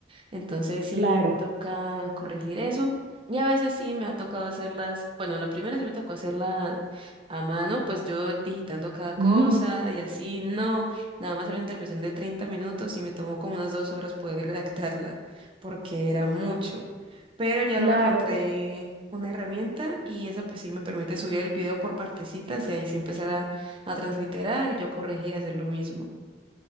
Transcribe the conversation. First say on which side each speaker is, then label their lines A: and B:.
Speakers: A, on the right (about 30°); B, on the right (about 55°).
A: Entonces sí
B: Claro.
A: me toca corregir eso. Y a veces sí me ha tocado hacerlas, bueno, la primera sí me tocó hacerla a mano, pues yo digitando cada cosa
B: <laughs>
A: y así, no, nada más era una intervención de 30 minutos y me tomó como unas dos horas poder redactarla, porque era mucho. Pero ya
B: Claro,
A: luego encontré
B: eh,
A: una herramienta y esa pues sí me permite subir el video por partecitas y ahí sí empezar a, a transliterar y yo corregir y hacer lo mismo.